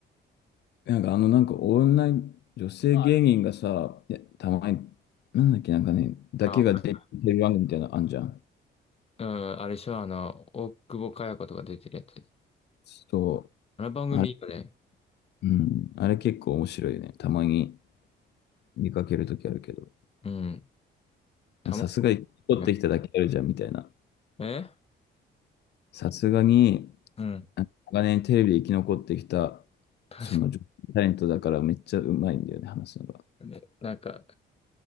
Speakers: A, on the left; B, on the left.
A: なんかあの、なんか女、女性芸人がさ、いやたまに、なんだっけ、なんかね、だけが出てる番組みたいなのあんじゃん。
B: あ、うん、あれでしょ、あの、大久保佳代子とか出てるやつ。
A: そ
B: あの番組いいよね。
A: う。あれ、うん。あれ結構面白いよね。たまに見かけるときあるけど。
B: うん。たまん
A: さすが生き残ってきただけあるじゃん、
B: な
A: みたいな。
B: いね。
A: さすがに、
B: えうん。
A: あ長年テレビで生き残ってきた、
B: 確か
A: その女性タレントだからめっちゃうまいんだよね、話すのが。
B: にね。なんか、